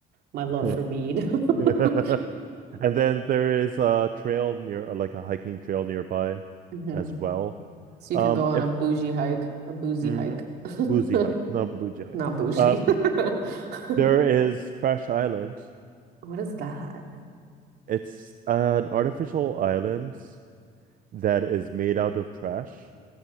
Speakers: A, on the right; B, on the right.
A: my love
B: <laughs>
A: for mead.
B: <laughs>
A: <laughs>
B: And then there is a trail near, like a hiking trail nearby
A: hmm
B: as well.
A: So
B: Um,
A: you can go on
B: if
A: a bougie hike, a boozy
B: mhm.
A: hike.
B: Boozy
A: <laughs>
B: hike, not bougie hike.
A: Not bougie.
B: Uh,
A: <laughs>
B: there is Trash Island.
A: What is that?
B: It's an artificial island that is made out of trash.